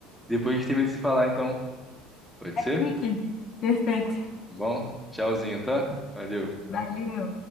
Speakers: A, in the centre; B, on the left.
A: Depois a gente termina de se falar, então. Pode
B: Tá
A: ser?
B: chique.
A: Tá
B: Perfeito.
A: Bom, tchauzinho, tá? Valeu.
B: Valeu.